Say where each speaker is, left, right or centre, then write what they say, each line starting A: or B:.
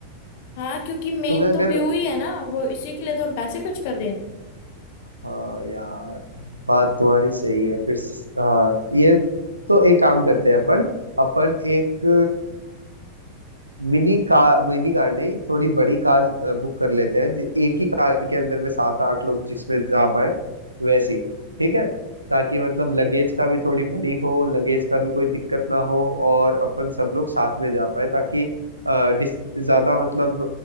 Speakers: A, on the left (about 50°); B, on the right (about 80°).
A: हाँ क्योंकि मेन
B: तुम्हें अगर
A: तो व्यू ही है ना वो इसी के लिए तो हम पैसे खर्च कर रहे हैं
B: हाँ यार बात तुम्हारी सही है फिर स- हाँ ये तो एक काम करते हैं अपन अपन एक मिनी कार मिनी कार नहीं थोड़ी बड़ी कार बुक कर लेते हैं जि- एक ही कार के अंदर में सात आठ लोग जिसमें जा पाए वैसी ठीक है ताकि मतलब लगेज का भी थोड़ी बड़ी हो लगेज का भी कोई दिक्कत ना हो और अपन सब लोग साथ में जा पाए ताकि अ, डिस ज्यादा मतलब